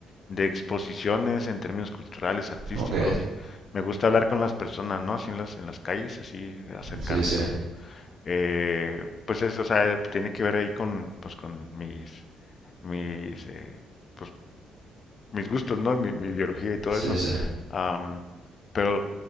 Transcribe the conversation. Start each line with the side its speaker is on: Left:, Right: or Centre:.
Left: de exposiciones en términos culturales, artísticos.
Right: ok,
Left: Me gusta hablar con las personas, ¿no? Así en las, en las calles, así acercarme
Right: sí, sí.
Left: como... eh, pues es, o sea, tiene que ver ahí con, pues con mis, mis, eh, pues mis gustos, ¿no? Y Mi, mi ideología y todo
Right: Sí,
Left: eso.
Right: sí,
Left: Am, pero,